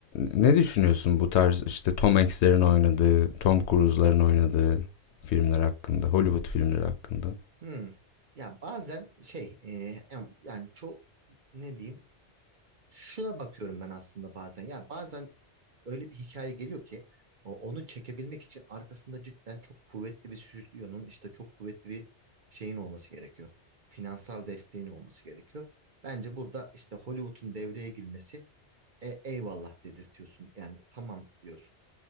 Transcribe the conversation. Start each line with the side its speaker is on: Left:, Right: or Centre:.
Left: ne düşünüyorsun bu tarz, işte, Tom Hanks'lerin oynadığı, Tom Cruise'ların oynadığı filmler hakkında, Hollywood filmleri hakkında?
Right: Hmm. Ya bazen şey e, em- yani çok ne diyeyim şuna bakıyorum ben aslında bazen. Ya bazen öyle bir hikaye geliyor ki o- onu çekebilmek için arkasında cidden çok kuvvetli bir stüdyonun işte çok kuvvetli bir şeyin olması gerekiyor. Finansal desteğin olması gerekiyor. Bence burada işte Hollywood'un devreye girmesi e, eyvallah dedirtiyorsun. Yani tamam diyorsun.